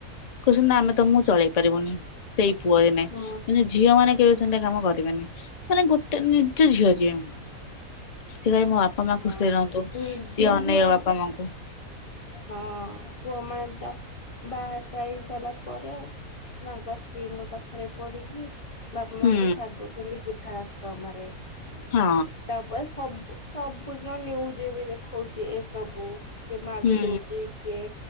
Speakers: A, on the left; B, on the left.
A: କହୁଛନ୍ତି ନା ଆମେ ତମକୁ ଚଳେଇ ପାରିବୁନି ସେଇ ପୁଅ ଏନେ
B: ହଁ।
A: କିନ୍ତୁ ଝିଅ ମାନେ କେବେ ସେମିତିଆ କାମ କରିବେନି। ମାନେ ଗୋଟେ ନିଜ ଝିଅ ଝିଏ ସେ କହି ମୋ ବାପା ବାପା ମା ଖୁସିରେ
B: ଆ
A: ରହନ୍ତୁ
B: ନିଜ
A: ସିଏ ଅନେଇବ
B: ଝିଅର
A: ବାପା ମାଆଙ୍କୁ।
B: ହଁ କୁହ ମା ତ ବା ସାଇ ସାରିଲା ପରେ ମାଙ୍କ ସ୍ତ୍ରୀଙ୍କ କଥାରେ ପଡ଼ିକି ବାପା
A: ହୁଁ
B: ମାଙ୍କୁ ଛାଡି଼ ଦଉଛନ୍ତି ବୃଦ୍ଧା ଆଶ୍ରମରେ
A: ହଁ
B: ତାପରେ ସବୁ ସବୁଦିନ ନିୁଜ ବି ଦେଖଉଛି ଏସବୁ। କିଏ ମାରି
A: ହୁଁ
B: ଦଉଛି କିଏ